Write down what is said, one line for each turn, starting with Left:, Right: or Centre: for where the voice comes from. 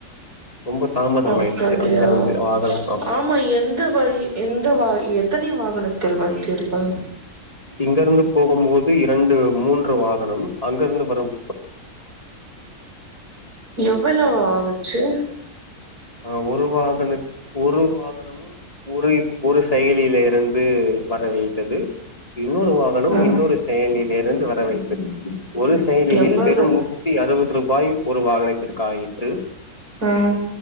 Left: ரொம்ப தாமதமாயிடுச்சு
Right: அப்படியா
Left: அங்கருந்து வாகனம்
Right: ஆமா எந்த வழி எந்த எத்தனை வாகனத்தில் வந்துருக்க
Left: இங்கருந்து போகும்போது இரண்டு மூன்று வாகனம் அங்க இருந்து வரும்
Right: எவ்வளோ ஆச்சு
Left: ஆஹ் ஒரு வாகனத் ஒரு வாக் <unintelligible> ஒரு இது ஒரு செயலியில இருந்து வரவையிட்டது இன்னொரு வாகனம்
Right: ம்
Left: இன்னொரு செயலி வேற இருந்து வர வைத்து ஒரு செய்தியில்
Right: எவ்வளவு
Left: வெறும் நூற்று அறுபது ரூபா வாய் ஒரு வாகனத்திற்கு ஆயிற்று
Right: உம்